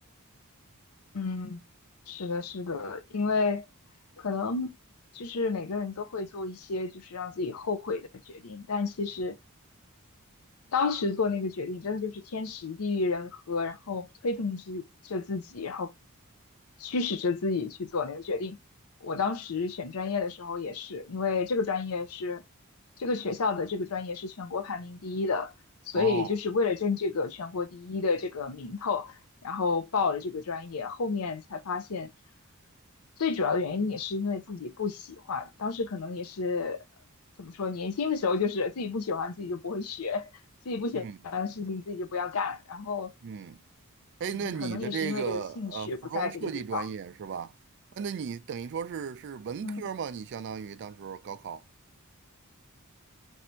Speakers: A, on the left (about 80°); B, on the right (about 55°).
A: 嗯，是的，是的，因为可能就是每个人都会做一些就是让自己后悔的决定，但其实当时做那个决定真的就是天时地利人和，然后推动之着自己，然后驱使着自己去做那个决定。我当时选专业的时候也是，因为这个专业是这个学校的这个专业是全国排名第一的，所以就是为了争这个全国第一的这个名头。
B: 哦，
A: 然后报了这个专业，后面才发现，最主要的原因也是因为自己不喜欢。当时可能也是呃怎么说，年轻的时候就是自己不喜欢，自己就不会学，自己不喜欢的事情自己就不要干。
B: 嗯
A: 然后，
B: 嗯。哎，
A: 嗯，
B: 那你的这个呃服装设计专业是吧？
A: 可能也是因为这个兴趣不在这个地方。对
B: 啊，那你等于说是是文科吗？
A: 嗯。
B: 你相当于当时候高考，